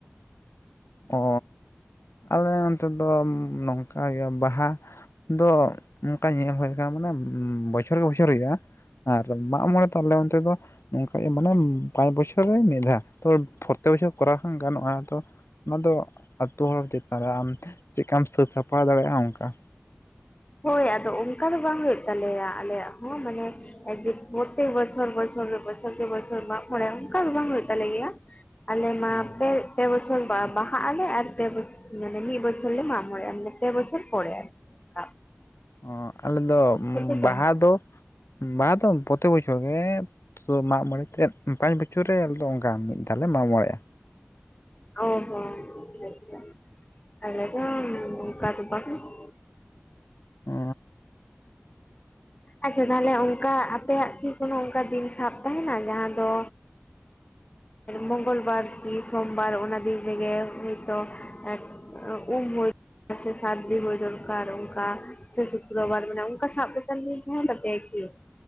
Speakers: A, on the left; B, on the left.
A: ᱚ ᱟᱞᱮ ᱚᱱᱛᱮ ᱫᱚ ᱱᱚᱝᱠᱟ ᱜᱮ ᱵᱟᱦᱟ ᱫᱚ ᱚᱱᱠᱟ ᱧᱮᱞ ᱦᱩᱭ ᱠᱟᱱᱟ ᱢᱟᱱᱮ ᱵᱚᱪᱷᱚᱨ ᱜᱮ ᱵᱚᱪᱷᱚᱨ ᱦᱩᱭᱩᱜᱼᱟ᱾ ᱟᱨ ᱢᱟᱜ ᱢᱚᱲᱮ ᱛᱟᱦᱚᱞᱮ ᱚᱱᱛᱮ ᱫᱚ? ᱱᱚᱝᱠᱟ ᱜᱮ ᱢᱟᱱᱮ ᱯᱟᱸᱪ ᱵᱚᱪᱷᱚᱨ ᱢᱤᱫ ᱫᱷᱟ ᱛᱚ ᱯᱨᱚᱛᱛᱮᱠ ᱵᱚᱪᱷᱚᱨ ᱠᱚᱨᱟᱣ ᱦᱚᱸ ᱜᱟᱱᱚᱜᱼᱟ ᱛᱚ ᱚᱱᱟ ᱫᱚ ᱟᱛᱳ ᱦᱚᱲ ᱪᱮᱛᱟᱱ ᱨᱮ ᱟᱢ ᱪᱮᱫ ᱞᱮᱠᱟᱢ ᱥᱟᱹᱛ ᱥᱟᱯᱲᱟᱣ ᱫᱟᱲᱮᱭᱟᱜᱼᱟ ᱚᱱᱠᱟ᱾
B: ᱦᱳᱭ ᱟᱫᱚ ᱚᱱᱠᱟ ᱫᱚ ᱵᱟᱝ ᱦᱳᱭᱳᱜ ᱛᱟᱞᱮᱭᱟ ᱟᱞᱮᱭᱟᱜ ᱦᱚᱸ ᱢᱟᱱᱮ ᱮ ᱡᱮ ᱯᱨᱚᱛᱛᱮᱠ ᱵᱚᱪᱚᱨ ᱵᱚᱪᱷᱚᱨ ᱨᱮ ᱵᱚᱪᱷᱚᱨ ᱵᱚᱪᱷᱚᱨ ᱢᱟᱸᱜᱼᱢᱚᱬᱮᱸ ᱚᱱᱠᱟ ᱫᱚ ᱵᱟᱝ ᱦᱩᱭᱩᱜ ᱛᱟᱞᱮ ᱜᱮᱭᱟ ᱟᱞᱮ ᱢᱟ
A: ᱦᱮᱸ
B: ᱯᱮ ᱯᱮ ᱵᱚᱪᱷᱚᱨ ᱯᱮ ᱵᱚᱪᱷᱚᱨ ᱰᱟᱦᱟᱜ ᱟᱞᱮ ᱟᱨ ᱯᱮ ᱢᱟᱱᱮ ᱢᱤᱫ ᱵᱚᱪᱷᱚᱨ ᱞᱮ ᱢᱟᱸᱜᱼᱢᱚᱬᱮᱸᱼᱟ ᱢᱟᱱᱮ ᱯᱮ ᱵᱚᱪᱷᱚᱨ ᱯᱚᱨᱮ ᱟᱨᱠᱤ ᱾
A: ᱚ ᱟᱞᱮ ᱫᱚ
B: ᱵᱟᱝ
A: ᱵᱟᱦᱟ ᱫᱚ ᱵᱟᱦᱟ ᱫᱚ ᱯᱨᱚᱛᱛᱮᱠ ᱵᱚᱪᱷᱚᱨ ᱜᱮ ᱛᱚ ᱢᱟᱸᱜᱼᱢᱚᱬᱮ ᱛᱮᱫ ᱯᱟᱸᱪ ᱵᱚᱪᱷᱚᱨ ᱨᱮ ᱟᱞᱮᱚ ᱚᱱᱠᱟ ᱢᱤᱫ ᱫᱷᱟᱣ ᱞᱮ ᱢᱟᱸᱜᱼᱢᱚᱬᱮᱸᱜᱼᱟ
B: ᱚ ᱦᱚᱸ ᱟᱪᱪᱷᱟ ᱟᱪᱪᱷᱟ, ᱟᱞᱮ ᱫᱚ
A: ᱚ,
B: ᱟᱪᱪᱷᱟ ᱛᱟᱦᱚᱞᱮ ᱚᱱᱠᱟ ᱟᱯᱮᱭᱟᱜ ᱠᱤ ᱠᱳᱱᱳ ᱚᱱᱠᱟ ᱫᱤᱱ ᱥᱟᱵ ᱛᱟᱦᱮᱱᱟ ᱡᱟᱦᱟᱸ ᱫᱚ ᱢᱚᱝᱜᱚᱞᱵᱟᱨ, ᱠᱤ ᱥᱚᱢᱵᱟᱨ ᱚᱱᱟ ᱫᱤᱱ ᱨᱮᱜᱮ ᱦᱚᱭᱛᱚ ᱮ ᱩᱢ ᱦᱳᱭ ᱥᱮ ᱥᱟᱨᱫᱤ ᱦᱩᱭ ᱫᱚᱨᱠᱟᱨ ᱚᱱᱠᱟ ᱥᱮ ᱥᱩᱠᱨᱵᱟᱨ, ᱢᱟᱱᱮ ᱚᱱᱠᱟ ᱥᱟᱵ ᱠᱟᱛᱮᱫ ᱫᱤᱱ ᱛᱟᱦᱮᱱ ᱛᱟᱯᱮᱭᱟ ᱠᱤ?